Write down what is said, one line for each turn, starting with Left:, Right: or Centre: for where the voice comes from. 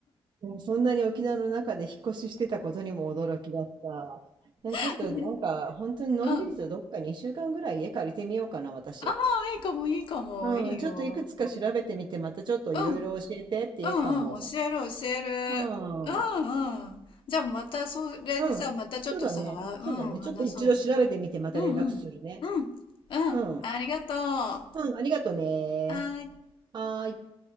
Right: いや、そんなに沖縄の中で引っ越ししてたことにも驚きだった。ね、ちょっとなんか本当にのんびりとどっか2週間ぐらい家借りてみようかな、
Left: <laughs> うん。
Right: 私。
Left: ああ、いいかも、いいかも、
Right: うん、
Left: いいよ。
Right: ちょっといくつか調べてみて、またちょっといろいろ教えてっていうかも。
Left: うん。うんうん、教える教える。
Right: う
Left: うんうん。
Right: ん。
Left: じゃあまたそれでさ、
Right: うん。
Left: またちょっとさ、
Right: そうだね。そうだね。
Left: うん、
Right: ちょっと一度調べてみて、
Left: 話そうよ。
Right: また連絡するね。
Left: うんうん。うん。うん。
Right: うん。
Left: ありがとう。は
Right: うん、ありがとね。
Left: ーい。
Right: はーい。